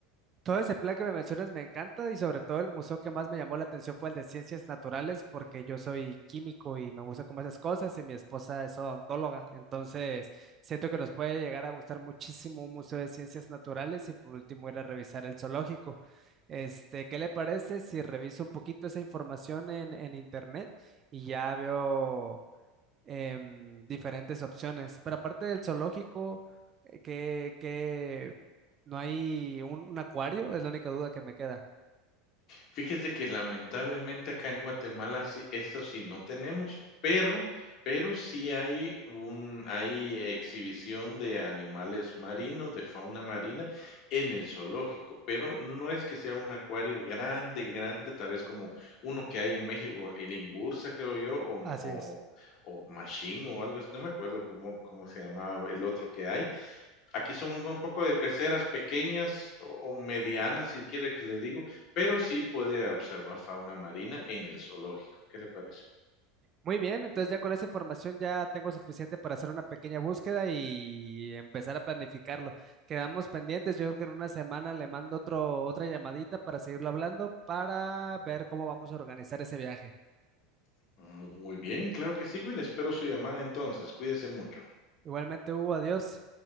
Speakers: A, on the right; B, on the left.
A: Todo ese plan que me mencionas me encanta y sobre todo el museo que más me llamó la atención fue el de ciencias naturales porque yo soy químico y me gusta como esas cosas y mi esposa es odontóloga, entonces siento que nos puede llegar a gustar muchísimo un museo de ciencias naturales y por último ir a revisar el zoológico. Este, ¿qué le parece si reviso un poquito esa información en, en internet y ya veo? em, diferentes opciones. Pero aparte del zoológico, eh, que, que no hay un, un acuario, es la única duda que me queda.
B: Fíjese que lamentablemente acá en Guatemala sí, eso sí no tenemos, pero pero sí hay un hay exhibición de animales marinos, de fauna marina en el zoológico, pero no es que sea un acuario grande, grande, tal vez como uno que hay en México, el Imbursa, creo yo, o mo
A: Así
B: o
A: es.
B: o Machín o algo así, no me acuerdo cómo cómo se llamaba el otro que hay, aquí son un poco de peceras pequeñas o, medianas, si quiere que le digo, pero sí puede observar fauna marina en el zoológico. ¿Qué le parece?
A: Muy bien, entonces ya con esa información ya tengo suficiente para hacer una pequeña búsqueda y empezar a planificarlo. Quedamos pendientes, yo creo que en una semana le mando otro, otra llamadita para seguirlo hablando, para ver cómo vamos a organizar ese viaje.
B: Muy bien, claro que sí, Will. Espero su llamada entonces. Cuídese mucho.
A: Igualmente, Hugo, adiós.